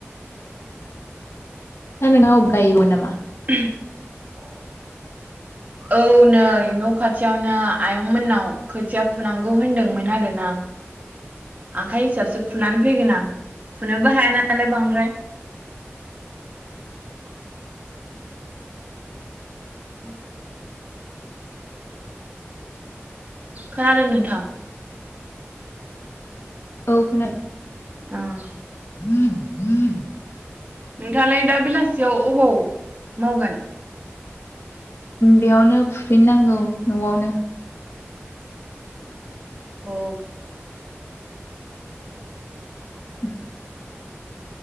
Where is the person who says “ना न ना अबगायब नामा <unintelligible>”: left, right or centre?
Left